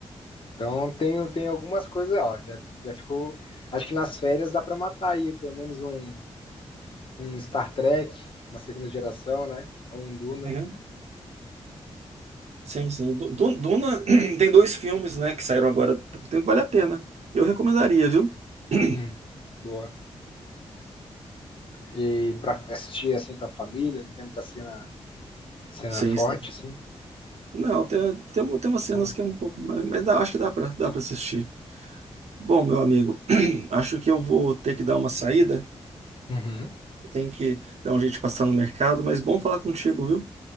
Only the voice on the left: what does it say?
Então tem, tem algumas coisas, ó, já, já ficou. Acho que nas férias dá pra matar aí pelo menos um, um Star Trek, uma segunda geração, né? Ou um Duna.
Hum, boa. E pra assistir assim com a família, não tem muita cena, cena
forte,
assim.
Boa.
Uhum.